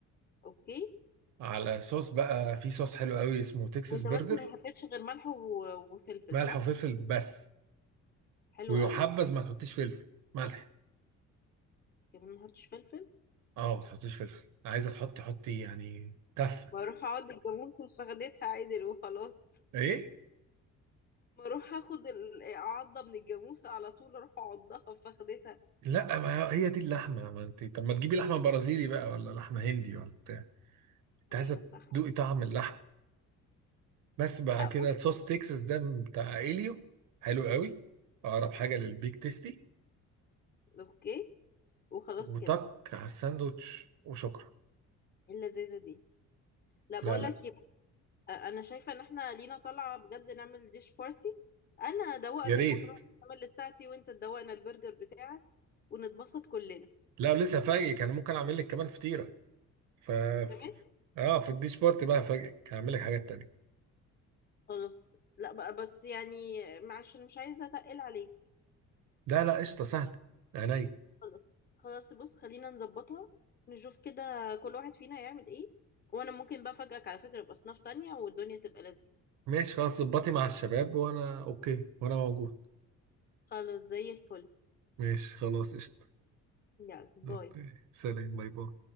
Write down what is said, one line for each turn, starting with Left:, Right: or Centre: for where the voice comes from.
Left: أوكي
Right: على صوص بقى في صوص حلو قوي اسمه تكساس
Left: وأنت
Right: برجر
Left: بس ما حطيتش غير ملح و... وفلفل
Right: ملح
Left: صح؟
Right: وفلفل بس
Left: حلو
Right: ويحبذ
Left: قوي
Right: ما تحطيش فلفل ملح
Left: كمان ما حطيتش فلفل
Right: اه ما تحطيش فلفل عايزه تحطي حطي يعني تفه
Left: ما اروح اقعد الجاموسه فخدتها عدل وخلاص
Right: ايه
Left: ما اروح اخد ال- عضه من الجاموسه على طول اروح اعضها فخدتها
Right: لا ما هي دي اللحمه ما انت طب ما تجيبي لحمه برازيلي بقى ولا لحمه هندي ولا بتاع انت
Left: ايوه
Right: عايزه
Left: صح
Right: تدوقي طعم اللحمه بس بعد
Left: لا
Right: كده
Left: بص
Right: الصوص تكساس ده بتاع اليو حلو قوي اقرب حاجه للبيك تيستي
Left: اوكي وخلاص
Right: وطك
Left: كده
Right: على الساندوتش وشكرا
Left: إيه اللذيذه دي لا بقول
Right: لا لا
Left: لك ايه بص أ- انا شايفه ان احنا لينا طالعه بجد نعمل ديش بارتي انا ادوقك
Right: يا ريت
Left: المكرونه البشاميل بتاعتي وانت تدوقنا البرجر بتاعك ونتبسط كلنا
Right: لا لسه فاجئك انا ممكن اعمل لك كمان فطيره ف
Left: تمام
Right: اه في الديش بارت بقى فاجئك هعمل لك حاجات تانية
Left: خلاص لا بقى بس يعني معلش أنا مش عايزه اتقل عليك
Right: لا لا قشطه سهله عينيا
Left: خلاص خلاص بص خلينا نظبطها نشوف كده كل واحد فينا يعمل ايه وانا ممكن بقى افاجئك على فكرة باصناف تانية والدنيا تبقى لذيذة
Right: ماشي خلاص ظبطي مع الشباب وانا اوكي وانا موجود
Left: خلاص زي الفل
Right: ماشي خلاص قشطه
Left: يلا باي
Right: اوكي سلام باي باي